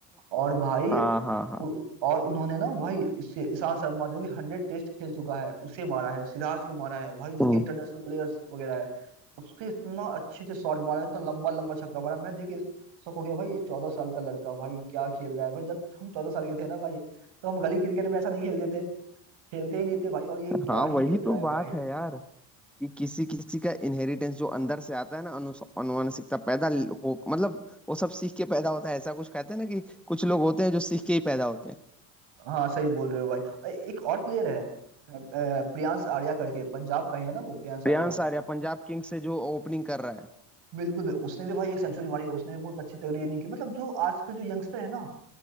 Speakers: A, on the right; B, in the centre.
A: और भाई
B: हाँ हाँ हाँ
A: उ, और उन्होंने ना भाई इससे ईशांत शर्मा जो कि हंड्रेड टेस्ट खेल चुका है उसे मारा है सिराज को मारा है भाई जो
B: हम्म।
A: कि इंटरनेशनल प्लेयर्स वगैरह है उससे इतना अच्छे से शॉट मारा इतना लंबा लंबा छक्का मारा मैं देखिए शौक हो गया भाई ये चौदह साल का लड़का भाई क्या खेल रहा है भाई जब हम चौदह साल के थे ना भाई तो हम गली क्रिकेट में ऐसा नहीं खेलते थे खेलते ही नहीं थे भाई और ये
B: <laughs>
A: क्या
B: हाँ
A: ही
B: वही
A: खेल रहा
B: तो
A: है
B: बात
A: भाई
B: है यार कि किसी किसी का इनहेरिटेंस जो अंदर से आता है ना अनु अनुवांशिकता पैदा हो मतलब वो सब सीख के पैदा होता है ऐसा कुछ कहते हैं ना कि कुछ लोग होते हैं जो सीख के ही पैदा होते हैं
A: हाँ सही बोल रहे हो भाई और एक और प्लेयर है अ, प्रियांश आर्या करके पंजाब का ही है ना वो प्रियांश
B: प्रियांश
A: आर्या
B: आर्या पंजाब किंग्स से जो ओपनिंग कर रहा है
A: बिल्कुल भी उसने भी भाई एक सेंचुरी मारी उसने भी बहुत अच्छी तगड़ी इनिंग की मतलब जो आजकल जो यंगस्टर है ना